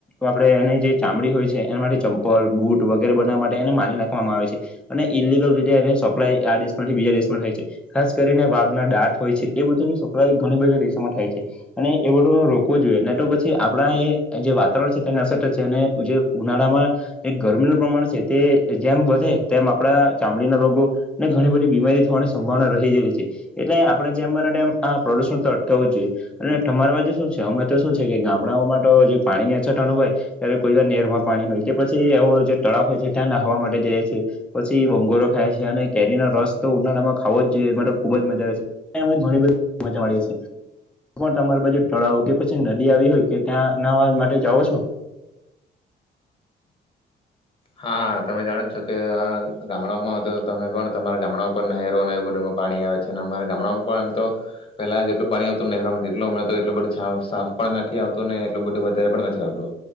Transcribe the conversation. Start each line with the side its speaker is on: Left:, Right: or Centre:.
Centre: આપણે એની જે ચામડી હોય છે એના માટે ચંપલ બુટ વગેરે બનાવવા માટે એને મારી નાખવામાં આવે છે, અને ઈલિગલ રીતે એને સપ્લાય આ દેશમાંથી બીજા દેશમાં થાય છે. ખાસ કરીને વાઘના દાંત હોય છે એ બધુંની સપ્લાય ઘણી બધા દેશોમાં થાય છે, અને એ બધું ન રોકવો જોઈએ ને તો પછી આપણા એ જે વાતાવરણ છે. તેનાસટ છે અને જે, ઉનાળામાં ગરમીનું પ્રમાણ છે તે જેમ વધે તેમ આપડા ચામડીના રોગો, ને ઘણી બધી બીમારી થવાની સંભાવના રહીવી છે, એટલે આપણે જેમ મનેમ આ પ્રદુષણ તો અટકાવું જ જોઈએ અને તમારી બાજુ શું છે, અમે તો શું છે કે ગામડાઓ માટે જે પાણીની અછત અનું હોય ત્યારે કોઈ વાર નેરમાં પાણી હોય કે પછી એવો જે તળાવ હોય છે ત્યાં નાખવા માટે જઈ છીએ પછી બંગોરો ખાય છીએ અને કેરીનો રસ તો ઉનાળામાં ખાવો જ જોઈએ, માટે ખુબ જ મજા આવે છે ઘણી બધી મજા મળી તમારી બાજુ તળાવ કે પછી નદી આવી હોય, કે ત્યાંવા નહાવા માટે જાઓ છો?
Left: હા તમે જાણો જોકે ગામડાઓમાં હતો તમે પણ તમારા ગામડાઓમાં પણ નહેરો અને એવું બધુંમાં પાણી આવે છે અને અમારા ગામડાઓમાં પણ આમ તો, પેલા જેટલું પાણી આવતું નહેરોમાં જેટલું મળતો એટલું બધું સાફ પણ નથી આવતું ને એટલું બધું વધારે પણ નથી આવતું,